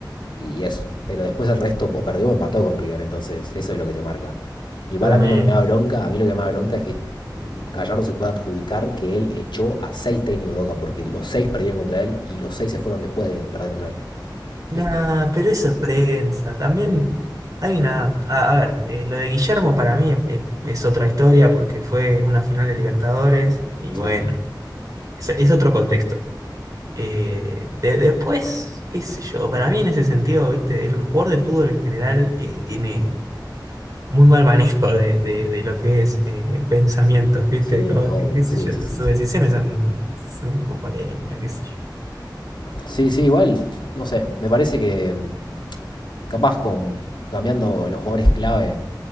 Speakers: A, on the left (about 75°); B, on the right (about 45°).
A: y eso. Pero después el resto o perdió o empató con River, entonces eso es lo que te marca. Igual
B: Totalmente.
A: a mí lo que me da bronca, a mí lo que me da bronca es que Gallardo se puede adjudicar que él echó a seis técnicos de Boca, porque los seis perdieron contra él y los seis se fueron después de perder contra él.
B: Nah,
A: Y es tipo,
B: pero eso es prensa. También hay una. A, a ver, eh, lo de Guillermo para mí es, es otra historia porque fue una final de Libertadores y
A: sí,
B: bueno, es, es otro contexto. Eh, de- después, qué sé yo, para mí en ese sentido, viste, el jugador de fútbol en general eh, tiene muy mal manejo de, de- de lo que es eh, pensamientos, viste,
A: sí,
B: como
A: obvio,
B: que, qué sé
A: sí,
B: yo,
A: sí, sí,
B: sus
A: sí.
B: decisiones son, son con polémica, qué sé yo.
A: Sí, sí, igual, no sé, me parece que mm, capaz con cambiando los jugadores clave,